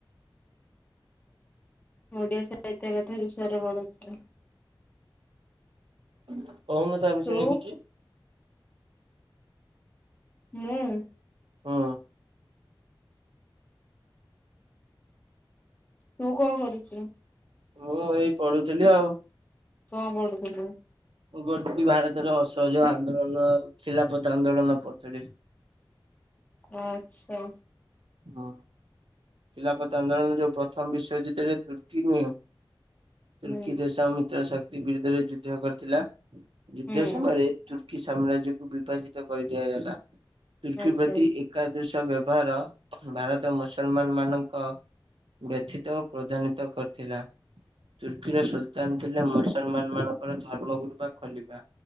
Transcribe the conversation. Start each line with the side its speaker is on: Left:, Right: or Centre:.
Left: ଓଡ଼ିଆ ସାହିତ୍ୟ କଥା ବିଷରେ ପଡୁଚି।
Right: <inaudible> କହୁନୁ ତା ବିଷୟରେ
Left: ତୁ
Right: କିଛି।
Left: ମୁଁ।
Right: ହଁ।
Left: ତୁ କଣ କରୁଛୁ?
Right: ମୁଁ ଏଇ ପଢୁଥିଲି ଆଉ।
Left: କଣ ପଡୁ ଥିଲୁ।
Right: ମୁଁ ପଢ଼ୁଥିଲି ଭାରତରେ ଅସହଯୋଗ ଆନ୍ଦୋଳନ ଆଉ ଖିଲାପତ ଆନ୍ଦୋଳନ ପଢୁଥିଲି।
Left: ଆଚ୍ଛା।
Right: ହୁଁ ଖିଲାପତ ଆନ୍ଦୋଳନ ଯୋଉ ପ୍ରଥମ ବିଶ୍ଵଯୁଦ୍ଧରେ ତୁର୍କୀ ନୁହଁ।
Left: ହୁଁ
Right: ତୁର୍କୀ ଦେଶ ମିତ୍ର ଶକ୍ ବିରୁଦ୍ଧରେ ଯୁଦ୍ଧ କରିଥିଲା। ଯୁଦ୍ଧ
Left: ହୁଁ
Right: ସବାରେ କି ସାମ୍ରାଜ୍ୟକୁ ବିଭାଜିତ କରିଦିଆଗଲା। ତୁର୍କୀ
Left: ଆଚ୍ଛା
Right: ପ୍ରତି ଏକା ଦୃଶ ବ୍ୟବହାର ଭାରତ ମୁସଲମାନ ମାନଙ୍କ ବ୍ୟଥିତ ଓ କ୍ରୋଧାନ୍ଵିତ କରିଥିଲା। ତୁର୍କୀର ସୁଲତାନ ଥିଲେ ମୁସଲମାନ ମାନଙ୍କର ଧର୍ମଗୁରୁ ବା ଖଲିଫା।